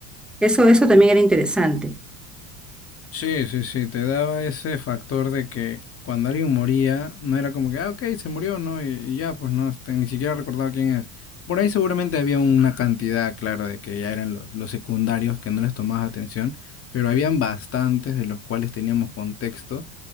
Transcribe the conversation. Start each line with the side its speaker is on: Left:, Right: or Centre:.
Centre: Eso, eso también era interesante.
Left: Sí, sí, sí, te daba ese factor de que cuando alguien moría, no era como que, ah, ok, se murió, ¿no? Y, y ya, pues no, este, ni siquiera recordaba quién es. Por ahí seguramente había una cantidad, claro, de que ya eran los, los secundarios que no les tomabas atención, pero habían bastantes de los cuales teníamos contexto